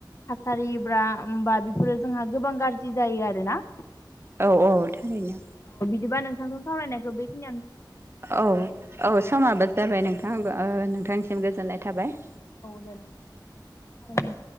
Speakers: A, on the left; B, on the right.
A: थासारि ब्रा बा बेफोरो जोंहा गोबां गाज्रि जायो आरो ना
B: औ औ थारैनो
A: बिदिबा नोंथांजों सावरायनायखौ बेखिनियानो
B: औ औ समाबो जाबाय नोंथां नोंथांनिसिम गोजोननाय थाबाय
A: औ दे ना औ